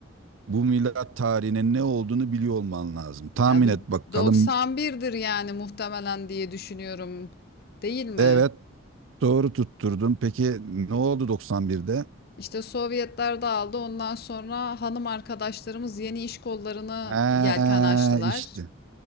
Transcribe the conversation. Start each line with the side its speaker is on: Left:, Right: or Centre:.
Right: bu milat tarihinin ne olduğunu biliyor olman lazım. Tahmin
Left: Ya bir
Right: et bakalım.
Left: 91'dir yani muhtemelen diye düşünüyorum. Değil mi?
Right: Evet, doğru tutturdun. Peki ne oldu 91'de?
Left: İşte Sovyetler dağıldı. Ondan sonra hanım arkadaşlarımız yeni iş kollarına
Right: He
Left: yelken açtılar.
Right: işte.